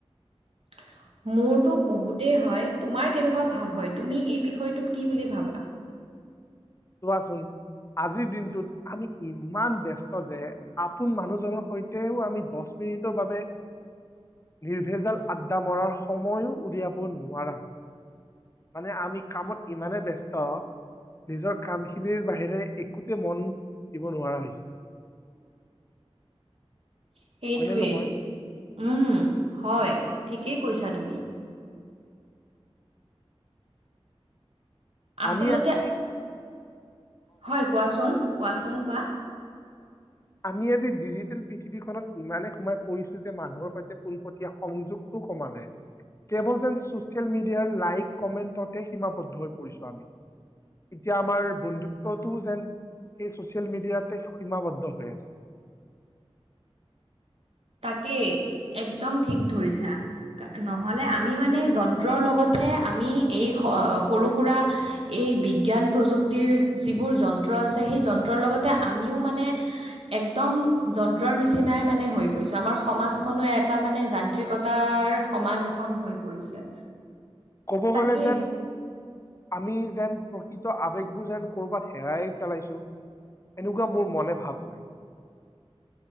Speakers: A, on the right (about 70°); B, on the left (about 30°).
A: <inaudible> মোৰতো বহুতেই হয় তোমাৰ কেনেকুৱা ভাৱ হয় তুমি এই বিষয়টোত কি বুলি ভাবা <inaudible>
B: চোৱাচোন আজিৰ দিনটোত আমি ইমান ব্যস্ত যে আপোন মানুহজনৰ সৈতেও আমি দহ মিতভাৱ নিৰ্ভেজাল আড্ডা মৰাৰ সময়ো উলিয়াব নোৱাৰা হল মানে আমি কামত ইমানে ব্যস্ত নিজৰ কামখিনিৰ বাহিৰে একোতে মন দিব নোৱাৰা হৈছো
A: <inaudible> সেইটোৱেই
B: হয়নে নহয়
A: উম হয় ঠিকেই কৈছা তুমি আচলতে
B: আমি আজি
A: হয় কোৱাচোন কোৱাচোন কোৱা
B: আমি আজি ডিজিটেল পৃথিৱীখনত ইমানে সোমাই পৰিছো যে মানুহৰ সৈতে পোনপটীয়া সংযোগ কু কমালে কেৱল যেন ছচিয়েল মিডিয়াৰ লাইক কমেণ্টতে সীমাবদ্ধ হৈ পৰিছো আমি। এতিয়া আমাৰ বন্ধুত্বটোও যেন সেই ছচিয়েল মিডিয়াতে সীমাবদ্ধ। হয় আছে।
A: তাকেই একদম ঠিক ধৰিছা নহলে আমি মানে যন্ত্ৰৰ লগতে। আমি এই সৰু সুৰা এই বিজ্ঞান প্ৰযুক্তিৰ যিবোৰ যন্ত্ৰ। সেই যন্ত্ৰৰ লগতে আমিও মানে একদম যন্ত্ৰৰ নিচিনাই মানে হৈ। গৈছো আমাৰ সমাজখনো এটা মানে যান্ত্ৰিকতাৰ সমাজ এখন হৈ পৰিছে
B: কব
A: তাকে
B: গ'লে যেন আমি যেন প্ৰকৃত আবেগবোৰ যেন কৰবাত হেৰাই পেলাইছো এনেকুৱা মোৰ মনে ভাৱ হয়